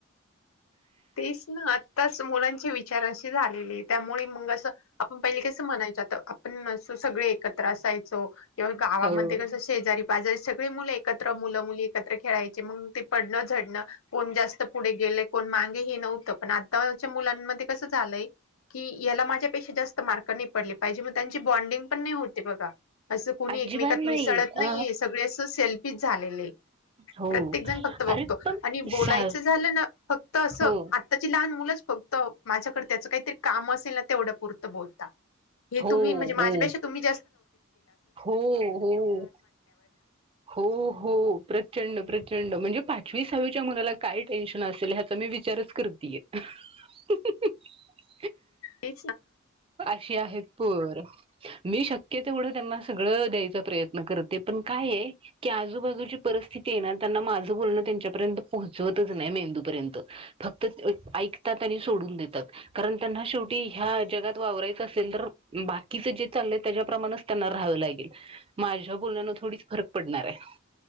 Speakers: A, on the left; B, on the right.
A: तेच ना आताच मुलांचे विचार असे झाले त्यामुळे मग अस आपण पहि कस म्हणायच पण सगळे एकत्र असायचो किंवा गावामध्ये
B: हो
A: कस शेजारी. बाजारी सगळी मुलं एकत्र मुलं मुली एकत्र खेळायची मग ते पडणं झडणं कोण जास्त पुढे गे कोण मागे हे नव्हतं पण आताच्या मुलांमध्ये कसं झालंय की याला माझ्यापेक्षा जास्त मार्क नाही पडले पाहिजे त्यांची बॉन्डिंग पण नाही होते बघा असं कोणी
B: अजिबात
A: एकमेकात
B: नाही
A: मिसळत नाहीये
B: अ
A: सगळे असं सेल्फ झाले
B: हो
A: प्रत्येक जण फक्त बघतो
B: अरे पण
A: आणि बोलायचं
B: सा
A: झालं ना फक्त तर असं
B: हो
A: आत्ताची लहान मुलंच फक्त माझ्याकडे त्याचं काहीतरी काम असेल ना तेवढ्या पुुरतं बोलता हे
B: हो
A: तुम्ही म्हणजे माझ्यापेक्षा
B: हो
A: तुम्ही.
B: हो हो हो हो प्रचंड प्रचंड म्हणजे पाचवी सहावीच्या मुलाला काय टेन्शन असेल ह्याचा म विचारच करतीय. <unintelligible>
A: ते,
B: अशी आहेत मी शक्य तेवढं त्यांना सगळं द्यायचा प्रयत्न करते पण काय आहे. की आजूबाजूची परिस्थिती येणार त्यांना माझं बोलणं त्यांच्यापर्यंत पोहोचवतच नाही मेंदूपर्यंत फक्त ऐकतात आणि सोडून देतात कारण त्यांना शेवटी ह्या जगात वारायच असेल तर बाकीच जे चाललं त्याप्रमाणेच त्यांना राहवं लागेल माझ्या बोलणे थोडी फरक पडणार आहे